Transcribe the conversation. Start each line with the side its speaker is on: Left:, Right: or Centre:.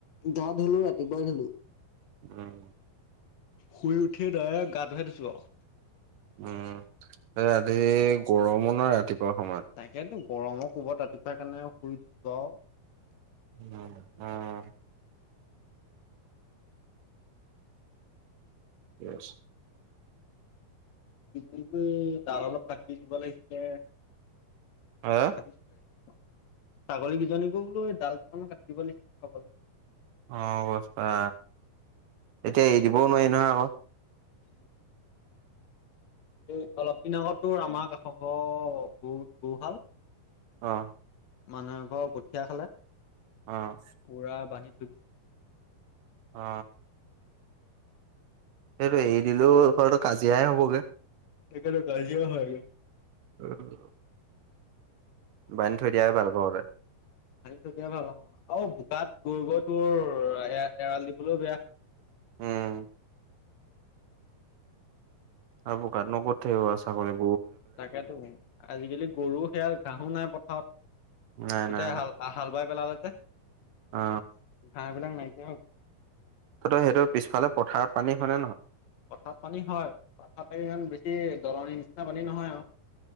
Left: গা ধলো ৰাতিপুৱাই ধলো।
Right: উম।
Left: শুই উঠি ডাইৰেক্ট গাতোহে ধুইছোঁ আও।
Right: উম' আজি গৰমো ন ৰাতিপুৱা সময়ত।
Left: তাকেতো গৰমৰ কবাত ৰাতিপুৱাই কেনে শুই দিছো আও।
Right: উম, উম। ঠিকেই আছে।
Left: <unintelligible> জাল অলপ কাটি দিব লাগিছিলে।
Right: হা?
Left: ভাবিছো তাকে। ছাগলী কেইজনীকো বোলো ডাল কান কাটি দিব লাগিচিলে খাবলে।
Right: অ' অৱস্থা, এতিয়া এৰি দিবও নোৱাৰি নহয় আক।
Left: স ন <unintelligible> এই অলপ দিন আগতো আমাৰ কাষ গৰু গৰুহাল
Right: অ'।
Left: মানুহে এঘৰ কঠীয়া খালে
Right: অ',
Left: পুৰা বান্ধি থৈ দিছিল
Right: অ। সেইটো এৰি দিলোও হয়তটো কাজিয়াই হবগে।
Left: তকেটো কাজিয়া হয়গে।
Right: উমম বান্ধী থৈ দিয়া ভাল <unintelligible>
Left: বান্ধি থৈ দিয়াই ভাল হ আৰু বোকাত গৈ গৈ তোৰ এ এৰাল দিবলৈও বেয়া।
Right: উম, আৰু বোকাত নো কত থাকিব আ চাগলি
Left: তাকেতো আজিকালি গৰু সেয়া ঘাঁহো নাই পথাৰত।
Right: নাই
Left: গোটেই
Right: নাই নাই
Left: হাল হাল বাই পেলালে ঘাঁহ
Right: অ
Left: বিলাক নাইকিয়া হ
Right: ত সেইটো পিছফালে পথাৰত পানী হয়নে নহয়?
Left: পথাত পানী হয়। পথাত প ইমান বেছি দলনিৰ নিচিনা পানী নহয় আৰু